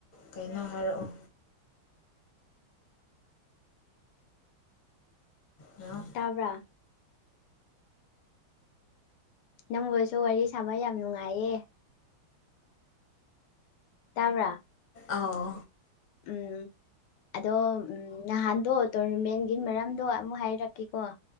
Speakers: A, on the left; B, on the left.
A: ꯀꯩꯅꯣ ꯍꯥꯏꯔꯛꯑꯣ ꯉꯥꯏꯍꯥꯛ
B: ꯇꯥꯕ꯭ꯔꯥ ꯅꯪꯕꯨꯁꯨ ꯋꯥꯔꯤ ꯁꯥꯕ ꯌꯥꯝ ꯅꯨꯡꯉꯥꯏꯌꯦ ꯇꯥꯕ꯭ꯔꯥ
A: ꯑꯥꯎ
B: ꯎꯝ ꯑꯗꯣ ꯎꯝ ꯅꯍꯥꯟꯗꯣ ꯇꯣꯔꯅꯃꯦꯟꯒꯤ ꯃꯔꯝꯗꯣ ꯑꯃꯨꯛ ꯍꯥꯏꯔꯛ ꯀ ꯀꯣ